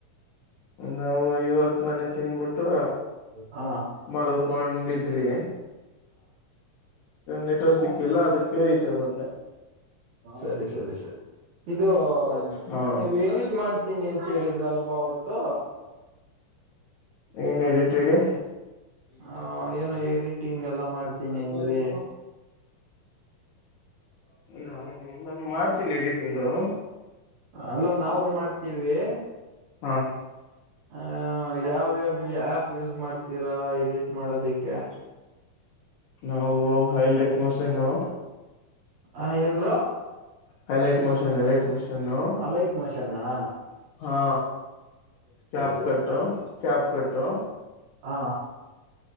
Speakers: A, on the left; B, on the right.
A: ನಾವು ಇವಾಗ್ತಾನೆ ತಿನ್ಬಿಟ್ಟು
B: ಹ
A: ಮಲ್ಕೊಂಡಿದ್ವಿ ನೆಟ್ವರ್ಕ್
B: ಹ
A: ಸಿಕ್ಕಿಲ್ಲ ಅದಕ್ಕೆ ಈಚೆ ಬಂದೆ
B: ಸರಿ ಸರಿ ಸರಿ. ಇದು
A: ಹಾ
B: ನೀವ್ ಎಡಿಟ್ ಮಾಡ್ ತೀನಿ ಅಂತೇಳಿದ್ರಲ್ವ ಅವತ್ತು.
A: ಏನ್ ಎಡಿಟ್ ಹೇಳಿ.
B: ಹ ಏನೋ ಎಡಿಟಿಂಗ್ ಎಲ್ಲ ಮಾಡ್ತೀನಿ ಅಂದ್ರಿ.
A: ನಾನು ನಾನು ಮಾಡ್ತೀನಿ ಎಡಿಟಿಂಗು.
B: ಅಲ್ಲ ನಾವು
A: ಅಂದ್ರೆ
B: ಮಾಡ್ತೀವಿ.
A: ಹಾ
B: ಆ ಯಾವ್ಯಾವ ಆಪ್ ಯೂಸ್ ಮಾಡ್ತೀರಾ ಎಡಿಟ್ ಮಾಡೋದಿಕ್ಕೆ.
A: ನಾವು ಹೈಲೈಟ್ ಮೊಷನು.
B: ಹ ಏನ್ bro.
A: Highlight motion highlight motion.
B: Highlight ಮೋಷನ್ನಾ.
A: ಹಾ ಕ್ಯಾಪ್
B: ಸರಿ
A: ಕಟ್ಟು ಕ್ಯಾಪ್ ಕಟ್ಟು.
B: ಹಾ